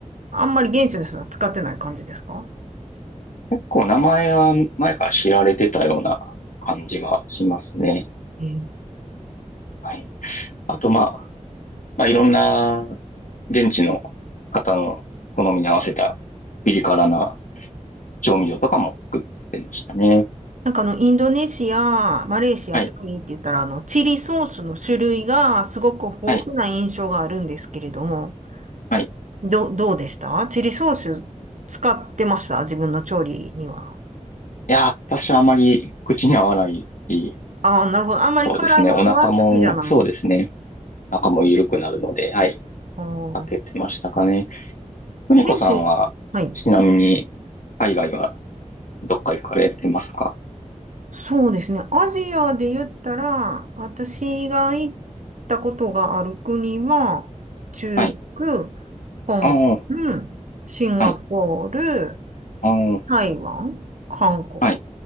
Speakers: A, on the right (about 70°); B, on the left (about 80°).
A: あんまり現地の人は使ってない感じですか
B: 結構名前は前から知られてたような感じがしますね。
A: うん
B: はい。あとまあ、まあいろんな現地の方の好みに合わせたピリ辛な調味料とかも作ってましたね。
A: なんかあの、インドネシア、マレーシア、
B: はい。
A: タイって言ったら、あの、チリソースの種類がすごく豊富な印象があるんですけれども、
B: はい。はい。い
A: ど、どうでしたチリソース使ってました自分の調理には。
B: やー、私はあまり口に合わないし、
A: ああ、なるほど。あんまり辛いものは好きじゃないんですね。
B: そうですね。お腹も、そうですね。お腹も緩くなるので、はい。
A: ああ、
B: 開けてましたかね。邦子さんは、
A: 現地、はい。
B: ちなみに、海外はどっか行かれてますか
A: そうですね。アジアで言ったら、私が行ったことがある国は、中国、
B: はい。
A: 香港、
B: ああ、
A: シンガポール、
B: はい。ああ、
A: 台湾、韓国
B: はい。